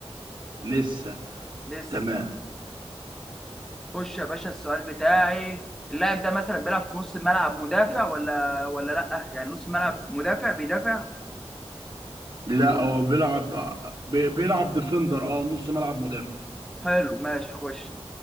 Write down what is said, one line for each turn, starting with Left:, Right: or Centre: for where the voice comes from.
Right: لسه
Centre: لسه
Right: تمام
Centre: خش يا باشا السؤال بتاعي اللاعب ده مثلا بيلعب في نص الملعب مدافع ولا ولا لا يعني نص الملعب مدافع بيدافع
Right: لا
Centre: ولا
Right: هو
Centre: م...
Right: بيلعب بي- بيلعب ديفندر اه نص ملعب مدافع
Centre: حلو ماشي خش